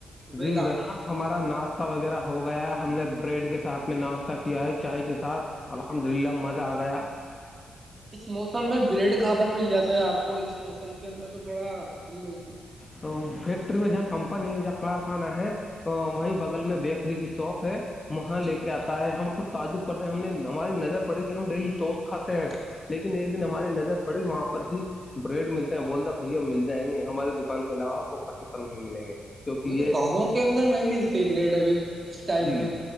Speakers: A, on the right (about 20°); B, on the left (about 25°).
A: صبح
B: جی
A: کا
B: جناب ہمارا ناشتہ وغیرہ ہو گیا ہے ہم نے بریڈ کے ساتھ میں ناشتہ کیا ہے چائے کے ساتھ الحمد للہ مزہ آ گیا
A: اس موسم میں بریڈ کہاں پر مل جاتا ہے آپ کو اس موسم کے اندر تو تھوڑا کم ملتی
B: تو فیکٹری میں جہاں کمپنی جہاں کارخانہ ہے وہیں بغل میں بیکری کی شاپ ہے وہاں
A: اچھا
B: لے کے آتا ہے ہم خود تعجب کرتے ہیں ہم نے ہماری نظر پڑی تھی ہم ڈیلی وس کھاتے ہیں <inaudible> لیکن ایک دن ہماری نظر پڑی وہاں پر بھی بریڈ ملتی بولتا بھیا مل جائیں گے ہمارے دکان کے علاوہ آپ کو کہیں پر نہیں ملیں گے کیونکہ
A: وہی تو
B: یہ
A: گاؤوں کے اندر نہیں ملتے بریڈ ابھی اس ٹائم
B: جی
A: میں